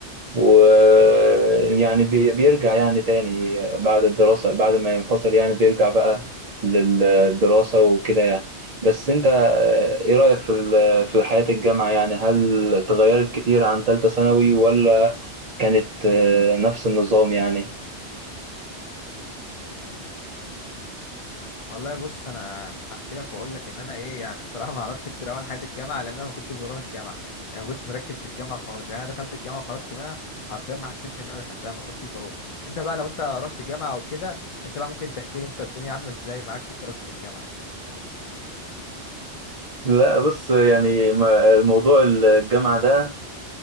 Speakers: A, on the right; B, on the left.
A: ويعني بيرجع يعني تاني بعد الدراسة بعد ما ينفصل يعني بيرجع بقى للدراسة وكده يعني بس انت آه، ايه رأيك في ال- في حياة الجامعة يعني هل اتغيرت كتير عن تالتة ثانوي ولا كانت آه، نفس النظام يعني؟
B: والله بص انا هحكي لك واقول لك ان انا ايه يعني بصراحه <laughs> ما اعرفش كتير قوي عن حياه الجامعه لان انا ما كنتش بروح الجامعه يعني ما كنتش مركز في الجامعه خالص يعني انا دخلت الجامعه وخرجت منها حرفيا ما حسيتش ان انا دخلتها ما كنتش بروح انت بقى لو انت رحت جامعه وكده انت بقى ممكن تحكي لي انت الدنيا عامله ازاي معاك في الدراسه في الجامعه
A: لا بص يعني ما- الموضوع الجامعة ده